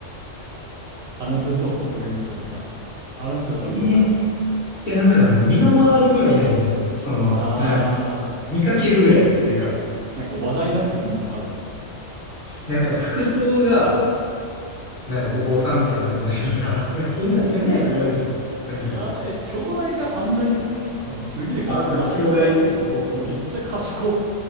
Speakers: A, on the right (about 75°); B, on the left (about 40°).
A: 話せそう、そういう人とか。話したことはどう
B: えーいや、なんかあの身の回りにはいないんですよ。その、
A: ああ、
B: なんやろ見かけるぐらいっていうか。
A: なんか話題になってるんでしょ、多分。
B: なんか服装が、なんやろ、お坊さんみたいな感じの人とか、<laughs> なんか変な、変なやつが多いんですよ。とにかく。
A: やばい、え兄弟か反対とかか。うんすげえ賢い。
B: あ、そう、
A: まあ、
B: 兄弟っす。
A: 言わなくて、お、
B: そう。
A: めっちゃ賢。